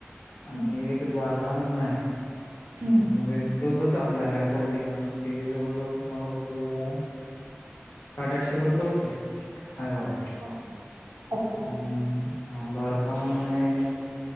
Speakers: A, on the left; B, on the right.
A: आणि
B: हम्म
A: एक द्वारका म्हणून हाय
B: हम्म.
A: मग वेंटोच चांगलं हाय क्वालिटी ना ते जवळ जवळ तुम्हाला बसते बघा साडेआठशे पर्यंत बसते हाय क्वालिटी
B: हो. ओके
A: अ
B: आणि
A: हा द्वारका म्हणून हे